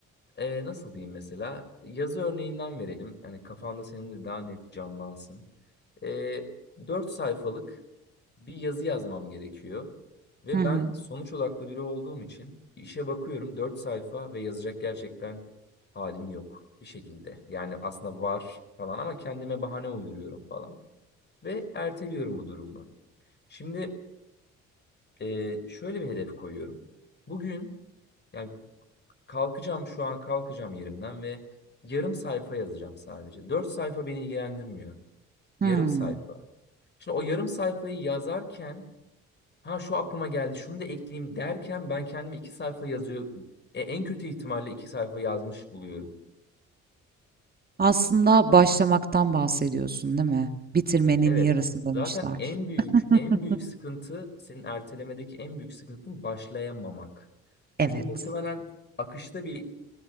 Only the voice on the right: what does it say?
Hı hı.
Hmm.
Aslında başlamaktan bahsediyorsun, değil mi? Bitirmenin
yarısı demişler.
<laughs>
Evet.